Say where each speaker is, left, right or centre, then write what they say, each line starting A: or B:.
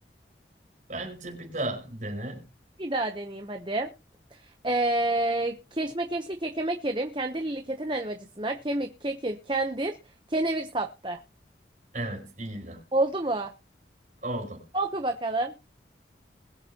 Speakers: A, on the right; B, on the right.
A: Bence bir daha dene.
B: Bir daha deneyeyim hadi. Ee, keşmekeşli kekeme kerim, kendilili keten helvacısına kemik, kekir, kendir, kenevir sattı.
A: Evet. iyiydi.
B: Oldu mu?
A: Oldu.
B: Oku bakalım.